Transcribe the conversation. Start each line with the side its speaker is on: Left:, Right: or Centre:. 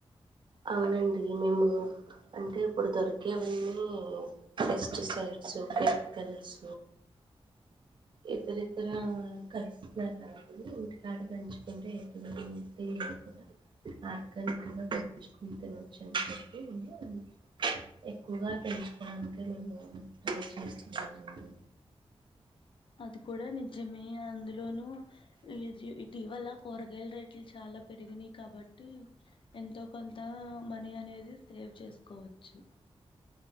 Right: అవునండి మేము అంటే ఇప్పుడు దొరికేవన్నీ పెస్టిసైడ్స్ కెమికల్స్ ఇతర ఇతర కస్తున్నారు కదా అండి ఇంటికాడ పంచుకుంటే ఎటు ఉంటే లేకుండా ఆర్గానిక్ గా పెంచుకొని తిన వచ్చాని చెప్పి నేను ఎక్కువగా పెంచుకోవడానికే నేను ట్రై చేస్తున్నానండి
Left: అది కూడా నిజమే అందులోనూ ఇది ఇటీవల కూర కూరగాయలు రేట్లు చాలా పెరిగినాయి కాబట్టి ఎంతో కొంత మనీ అనేది సేవ్ చేసుకోవచ్చు